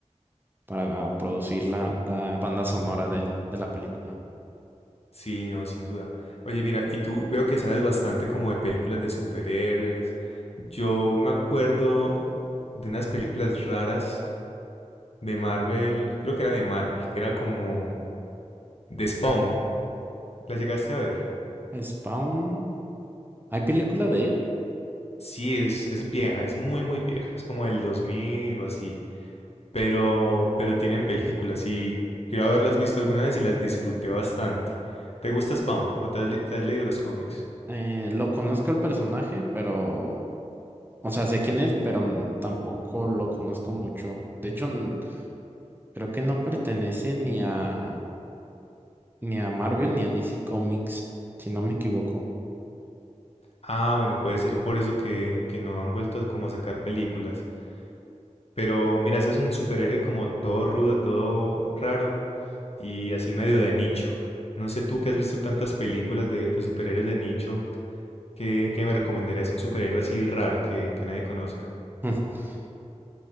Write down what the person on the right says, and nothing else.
para producir la, la banda sonora del- de la película.
Spawn, ¿hay película de él?
Eh, lo conozco el personaje, pero O sea, sé quién es, pero n- tampoco lo conozco mucho. De hecho, n- creo que no pertenece ni a ni a Marvel ni a DC Comics, si no me equivoco.
<laughs>